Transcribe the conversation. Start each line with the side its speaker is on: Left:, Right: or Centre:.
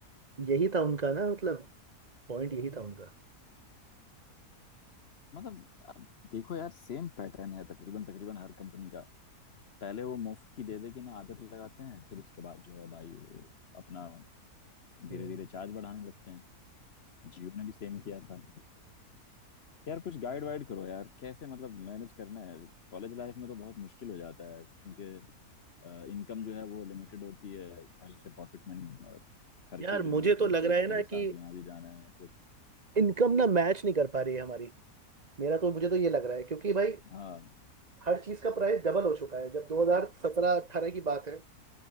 Right: यही था उनका ना मतलब पॉइंट यही था उनका
Left: मतलब अ, देखो यार सेम पैटर्न है तकरीबन तकरीबन हर कंपनी का पहले वो मुफ्त की दे दे के ना आदत लगाते हैं फिर उसके बाद जो है भाई वो अपना
Right: हम्म,
Left: धीरे धीरे चार्ज बढ़ाने लगते हैं जियो ने भी सेम किया था यार कुछ गाइड
Right: हम्म।
Left: वाइड करो यार कैसे मतलब मैनेज करना है कॉलेज लाइफ में तो बहुत मुश्किल हो जाता है क्योंकि इनकम जो है वो लिमिटेड होती है घर से पॉकेट मनी और खर्चे
Right: यार
Left: जो
Right: मुझे
Left: है मतलब
Right: तो लग
Left: दोस्तों
Right: रहा है ना
Left: के
Right: कि
Left: साथ यहाँ भी जाना है फिर
Right: इनकम ना मैच नहीं कर पा रही है हमारी मेरा तो मुझे तो ये लग रहा है क्योंकि भाई
Left: हाँ
Right: हर चीज का प्राइस डबल हो चुका है जब 2017 18 की बात है